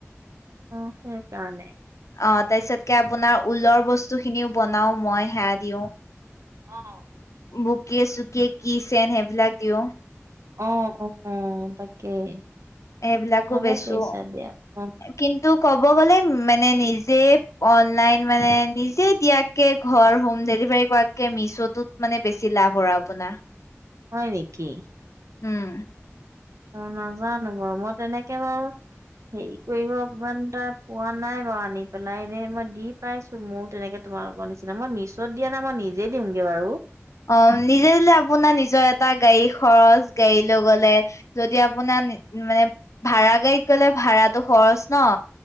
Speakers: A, on the right; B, on the left.
A: অ, সেইকাৰণে।
B: অ, তাৰছতকে আপোনাৰ ঊলৰ বস্তু খিনিও বনাও মই, সেয়া দিও।
A: অ।
B: বুকে-চুকে, কি চেন সেইবিলাক দিও
A: অ, অ, অ, তাকেই,
B: সেইবিলাকো
A: ভালে
B: বেচো
A: কৰিছা দিয়া। অ।
B: কিন্তু ক'ব গ'লে, মানে নিজে অনলাইন, মানে নিজে দিয়া কে ঘৰ হোম ডেলিভাৰী কৰাকে মিছটোত মানে বেছি লাভ হয় আপোনাৰ-।
A: হয় নেকি!
B: উম।
A: অ, নাজানো বাৰু! মই তেনেকে বাৰু হেৰি কৰিব ইমানটা পোৱা নাই বাৰু আনি পেলাই এনেই মই দি পাইছো। মোৰো তেনেকে তোমা লোকৰ নিচিনা। মই মিছত দিয়া নাই মই নিজে দিওঁগে বাৰু।
B: অঁ' নিজে নিজে আপোনাৰ নিজৰ এটা গাড়ী খৰচ গাড়ী লৈ গলে। যদি আপোনাৰ মানে ভাড়া গাড়ীত গলে ভাড়াটো খৰচ ন।